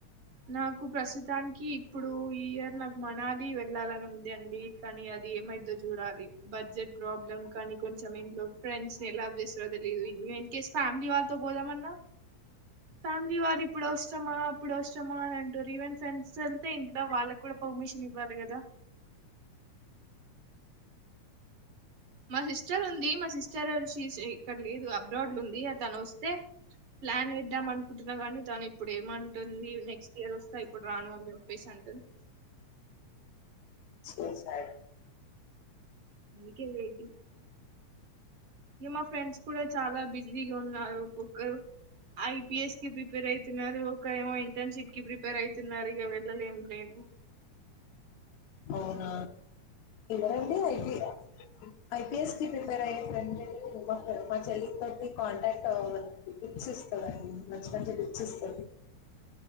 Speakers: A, on the right; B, on the left.
A: నాకు ప్రస్తుతానికి ఇప్పుడు ఈ ఇయర్ నాకు మనాలి వెళ్ళాలని ఉంది అండి కానీ అది ఏమైద్దో చూడాలి బడ్జెట్ ప్రాబ్లమ్ కానీ కొంచెం ఇంట్లో ఫ్రెండ్స్ ని ఎల్లవ్ చేస్తారో తెలిదు ఇన్ కేస్ ఫ్యామిలీ వారితో పోదామన్నా ఫ్యామిలీ వాలు ఇప్పుడు వస్తామా అప్పుడు వస్త మా అని అంటుర్రు ఈవెన్ ఫ్రెండ్స్ తో వెళ్తే ఇంట్లో వాళ్ళకి కూడా పర్మిషన్ ఇవ్వాలి కదా మా సిస్టర్ ఉంది మా సిస్టర్ వచ్చేసి ఇక్కడ లేదు అబ్రాడ్ ఉంది తను వస్తే ప్లాన్ వేద్దాం అనుకుంటున్నా కాని తను ఇప్పుడు ఏమంటుంది నెక్స్ట్ ఇయర్ వస్తా ఇప్పుడు రాను అని చెప్పేసి అంటుంది.
B: ఉ సరే
A: అందుకే వెయిటింగ్ ఇగ మాకు ఫ్రెండ్స్ కూడా చాలా బిజీగా ఉన్నారు ఒకరు ఐపీఎస్ కి ప్రిపేర్ ఐతున్నారు ఒకరేమో ఇంటర్న్షిప్ కి ప్రిపేర్ ఐతున్నారు ఇగా వెళ్లలేం లెండి
B: అవునా? ఎవరండీ ఐపి ఐపీఎస్ కి ప్రిపేర్ అయ్యే ఫ్రెండ్ ని మా మా చెల్లి తోటి కాంటాక్ట్ అవ్వమనండి హింట్స్ ఇస్తదండి మంచి మంచి హింట్స్ ఇస్తది.